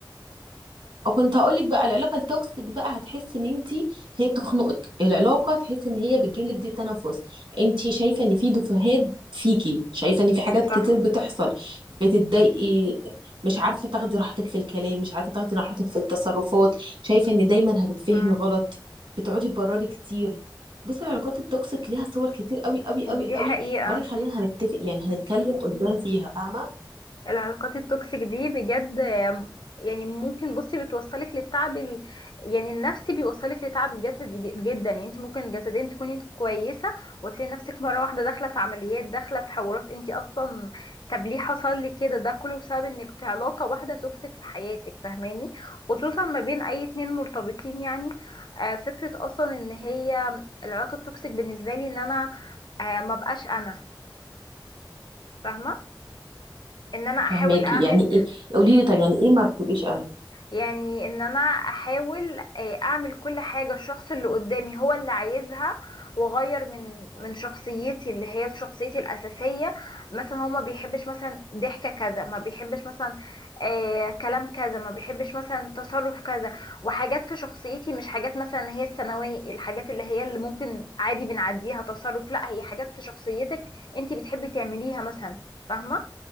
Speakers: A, on the right; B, on the left.
A: كنت هقولك بقى العلاقه التوكسيك بقى هتحس ان انت هي بتخنقك العلاقه تحس ان هي بتجيب لك ضيق تنفس انت شايفه ان في دفهات فيكي شايفه ان في حاجات
B: صح
A: كتير بتحصل بتتضايقي مش عارفه تاخدي راحتك في الكلام مش عارفه تاخدي راحتك في التصرفات شايفه ان دايما هتتفهمي
B: امم
A: غلط بتقعدي تبرري كتير بصي العلاقات التوكسيك ليها صور كتير قوي قوي قوي
B: دي
A: قوي
B: حقيقة
A: برضه خلينا هنتفق يعني هنتكلم قدام فيها فاهمه
B: العلاقات التوكسيك دي بجد آم، يعني ممكن بصي بتوصلك للتعب ال... يعني النفسي بيوصلك لتعب جسدي ج- جدا يعني انت ممكن جسديا تكوني كويسه وتلاقي نفسك مره واحده داخله في عمليات داخله في حوارات انت اصلا طب ليه حصل لي كده ده كله بسبب انك في علاقه واحده توكسيك في حياتك فاهماني خصوصا ما بين اي اتنين مرتبطين يعني آه، فكره اصلا ان هي العلاقه التوكسيك بالنسبه لي ان انا آه، ما بقاش انا فاهمه ان انا احاول
A: فاهماكي
B: اعمل
A: يعني ايه قولي لي طب يعني ايه ما بتبقيش انا
B: يعني ان انا احاول آه، اعمل كل حاجة الشخص اللي قدامي هو اللي عايزها واغير من من شخصيتي اللي هي شخصيتي الاساسية مثلا هو ما بيحبش مثلا ضحكة كذا ما بيحبش مثلا آه كلام كذا ما بيحبش مثلا تصرف كذا وحاجات في شخصيتي مش حاجات مثلا اللي هي الثانوية الحاجات اللي هي اللي ممكن عادي بنعديها تصرف لا هي حاجات في شخصيتك انت بتحبي تعمليها مثلا فاهمة